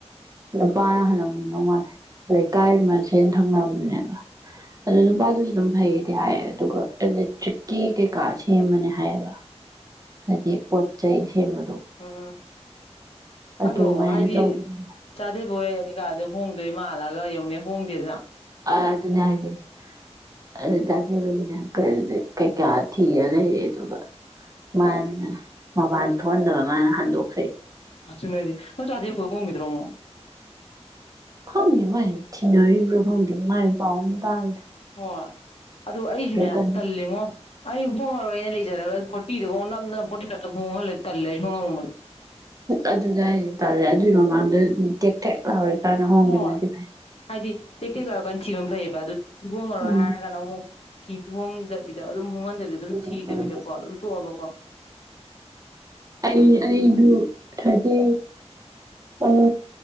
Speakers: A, on the right; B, on the left.
A: ꯅꯨꯄꯥꯅ ꯍꯜꯂꯝꯗꯧ ꯃꯥꯜꯂꯦ ꯂꯩ ꯂꯩꯀꯥꯏ ꯑꯃꯁꯦꯅ ꯊꯪꯅꯕꯗꯨꯅꯦꯕ ꯑꯗꯨ ꯅꯨꯄꯥꯗꯨꯁꯨ ꯑꯗꯨꯝ ꯐꯩꯗꯤ ꯍꯥꯏ ꯑꯗꯨꯒ ꯏꯂꯦꯛꯇ꯭ꯔꯤꯛꯀꯤ ꯀꯩꯀꯥ ꯁꯦꯝꯕꯅꯦ ꯍꯥꯏꯌꯦꯕ ꯍꯥꯏꯗꯤ ꯄꯣ ꯆꯩ ꯁꯦꯝꯕꯥꯗꯨ
B: ꯑꯥ
A: ꯑꯗꯨꯃꯥꯏꯅ
B: ꯑꯗꯣ ꯍꯥꯏꯗꯤ
A: ꯇꯧꯕꯅꯦ
B: ꯆꯥꯗꯕꯣꯏ ꯀꯩꯀꯥꯗ ꯍꯣꯡ ꯑꯗꯩ ꯃꯥ ꯍꯜꯛꯑꯒ ꯍꯣꯡꯗꯦꯗ꯭ꯅ
A: ꯑ ꯑꯗꯨꯅꯦ ꯍꯥꯏꯁ ꯑꯗꯨ ꯇꯥꯖꯕꯒꯤꯅ ꯀꯩꯀꯥ ꯊꯤꯔ ꯂꯩꯔꯦ ꯑꯗꯨꯒ ꯃꯥꯅ ꯃꯣꯕꯥꯏꯜ ꯊꯣꯛꯍꯟꯗꯕ ꯃꯥꯅ ꯍꯟꯗꯣꯛꯈ꯭ꯔꯦ
B: ꯑꯗꯨꯅꯦ ꯍꯥꯏꯁꯤ ꯃꯧ ꯆꯥꯗꯤ ꯑꯃꯣꯛ ꯍꯣꯡꯒꯤꯗꯔꯣ ꯑꯃꯨꯛ
A: ꯈꯪꯗꯦ ꯃꯥꯏ ꯊꯤꯅꯔꯤꯕ꯭ꯔꯥ ꯈꯪꯗꯦ ꯃꯥꯏ ꯄꯥꯎ ꯑꯃ ꯇꯥꯗ꯭ꯔꯥ
B: ꯍꯣꯏ ꯑꯗꯨ ꯑꯩꯁꯨꯅꯦ
A: ꯇꯟ
B: ꯇꯜꯂꯤꯉꯣ ꯑꯩ ꯍꯣꯡꯉꯔꯣꯏꯅ ꯂꯩꯖꯔꯒ ꯐꯣꯔꯇꯤꯗ ꯉꯣ ꯅꯝꯗꯅ ꯐꯣꯔꯇꯤ ꯐꯥꯏꯐꯇ ꯈꯣꯡꯍꯜꯂꯦ ꯇꯜꯂꯦ ꯑꯩꯁꯨ ꯉꯝꯃꯣꯏ
A: ꯑꯗꯨꯗ ꯍꯥꯏꯁꯦ ꯇꯥꯜꯂꯦ ꯑꯗꯨꯒꯤ ꯃꯃꯥꯡꯗ ꯇꯦꯛ ꯇꯦꯛ ꯂꯥꯎꯔꯤ ꯀꯥꯟꯗ ꯍꯣꯡꯒꯤꯕꯅꯗꯤ
B: ꯍꯣꯏ
A: ꯐꯩ
B: ꯍꯥꯏꯗꯤ ꯇꯦꯛ ꯇꯦꯛ ꯂꯥꯎꯔꯤꯀꯥꯟ ꯊꯤꯕꯅ ꯐꯩꯌꯦꯕ ꯑꯗꯨ ꯍꯣꯡꯉꯔꯣꯏ
A: ꯎꯝ
B: ꯍꯥꯏꯔꯒꯅ ꯑꯃꯨꯛ ꯁꯤꯕꯨꯛ ꯍꯣꯡꯗꯕꯤꯗ ꯑꯗꯨꯝ ꯍꯣꯡꯍꯟ ꯗꯕꯤꯗ ꯑꯗꯨꯝ
A: ꯎꯝ
B: ꯊꯤꯗꯕꯤꯗꯀꯣ
A: ꯎꯝ
B: ꯑꯗꯨꯝ ꯇꯣꯛꯑꯕꯀꯣ <inaudible>
A: ꯑꯩ ꯑꯩꯁꯨ ꯊꯥꯔꯇꯤ ꯎꯝ